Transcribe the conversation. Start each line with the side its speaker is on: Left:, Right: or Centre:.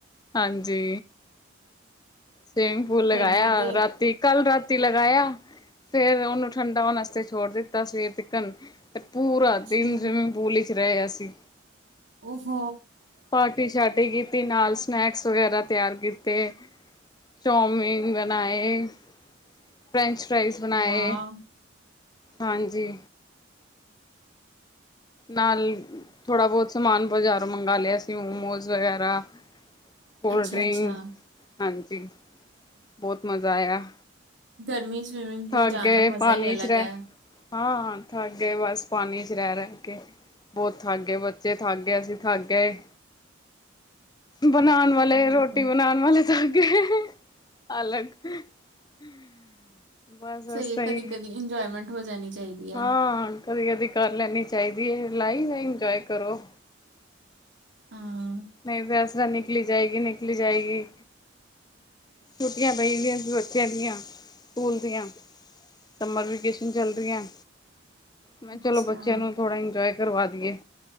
Left: ਹਾਂਜੀ। ਸਵੀਮਿੰਗ ਪੂਲ ਲਗਾਇਆ,
Right: ਗਰਮੀ ਤੇ
Left: ਰਾਤੀ, ਕੱਲ, ਰਾਤੀ। ੱਤੀ ਲਗਾਇਆ ਫੇਰ, ਉਹਨੂੰ ਠੰਡਾ ਹੋਣ ਆਸਤੇ ਛੋੜ ਦਿੱਤਾ, ਸਵੇਰ ਤਕਨ ਤੇ ਪੂਰਾ
Right: ਅੱਛਾ,
Left: ਦਿਨ ਜਿਵੇਂ, ਬੋਲੀ ਚ ਰਹੇ ਅਸੀਂ।
Right: ਓ, ਹੋ।
Left: ਪਾਰਟੀ ਛਾਟੇਗੀ। ਨਾਲ ਸਨੈਕਸ ਵਗੈਰਾ ਤਿਆਰ ਕੀਤੇ, ਚੌਮਿਨ ਬਣਾਏ, ਫਰੈਂਚ ਫਾਈਜ਼ ਬਣਾਏ
Right: ਵਾਹ
Left: ਹਾਂਜੀ ਨਾਲ ਥੋੜਾ ਬਹੁਤ ਸਮਾਨ ਬਜ਼ਾਰੋਂ ਮੰਗਵਾ ਲਿਆ ਸੀ ਮੋਮੋਜ਼ ਵਗੈਰਾ ਕੋਲ
Right: ਅੱਛਾ-ਅੱਛਾ,
Left: ਡ੍ਰਿੰਕ ਹਾਂਜੀ ਬਹੁਤ ਮਜ਼ਾ ਆਇਆ।
Right: ਗਰਮੀ ਚ ਸਵਿਮਿੰਗ ਪੂਲ
Left: ਥਕ
Right: ਜਾਣ
Left: ਗਏ
Right: ਦਾ ਮਜ਼ਾ
Left: ਪਾਣੀ
Right: ਹੀ ਅਲੱਗ
Left: ਚ ਰਹਿ।
Right: ਹੈ।
Left: ਹਾਂ ਥਕ ਗਏ ਬਸ ਪਾਣੀ ਚ ਰਹਿ ਰਹਿ ਕੇ ਬਹੁਤ ਥਾ ਗਏ ਬੱਚੇ ਥੱਕ ਗਏ ਅਸੀਂ ਥੱਕ ਗਏ। ਬਣਾਉਣ ਵਾਲੇ
Right: ਹੂੰ,
Left: ਰੋਟੀ ਬਣਾਉਣ ਵਾਲੇ ਤਾਂ <unintelligible> ਅਲਗ <unintelligible> ਬਸ
Right: ਸਹੀ
Left: ਅਸੀ
Right: ਹੈ ਕਦੀ-ਕਦੀ ਇੰਜੋਏਮੈਂਟ ਹੋ ਜਾਣੀ ਚਾਹੀਦੀ ਹੈ।
Left: ਤਾਂ। ਹਾਂ ਕਦੀ ਕਦੀ ਕਰ ਲੈਣੀ ਚਾਹੀਦੀ ਹੈ। ਲਾਈਫ ਹੈ ਇੰਜੋਏ ਕਰੋ।
Right: ਹਾਂ,
Left: ਨਹੀਂ ਤਾਂ ਇਸ ਤਰ੍ਹਾਂ ਨਿਕਲੀ ਜਾਏਗੀ ਨਿਕਲੀ ਜਾਏਗੀ। ਛੁੱਟੀਆਂ ਪਈਦੀਆਂ ਸੀ ਬੱਚਿਆਂ ਦੀਆਂ ਸਕੂਲ ਦੀਆਂ ਸਮਰ ਵੇਕੇਸ਼ਨ ਚੱਲ ਰਹੀਆਂ ਮੈਂ
Right: ਅੱਛਾ
Left: ਚਲੋ ਬੱਚਿਆਂ ਨੂੰ ਥੋੜਾ ਇੰਜੋਏ ਕਰਵਾ ਦੀਏ।